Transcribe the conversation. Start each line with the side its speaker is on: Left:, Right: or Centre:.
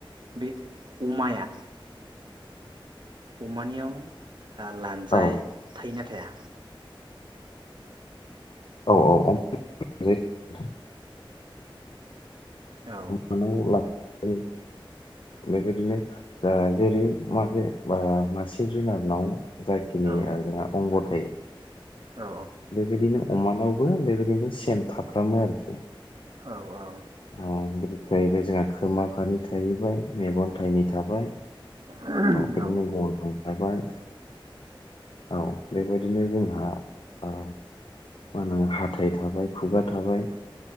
Right: बे अमाया अमानियाव ओ लानजाय
Left: औ
Right: थायोना थाया
Left: औ औ औ <unintelligible>
Right: औ
Left: थांनानै लांफायो। बेबायदिनो ओ जेरै माबेबा मासे जुनारनाव जाखिनि
Right: औ
Left: ओ जोंहा अंग थायो।
Right: औ
Left: बेबायदिनो अमानाव बो बेबायदिनो सेम था फ्रामो आरोखि
Right: औ औ
Left: आ जाहैबाय जोंहा खोमा फारनै थायो। बाय मेगन थाइनै थाबाय
Right: औ
Left: बिदिनो गन्थं थाबाय औ बेबाय दिनो जोंहा मा होननांगोन हाथाय थाबाय खुगा थाबाय
Right: औ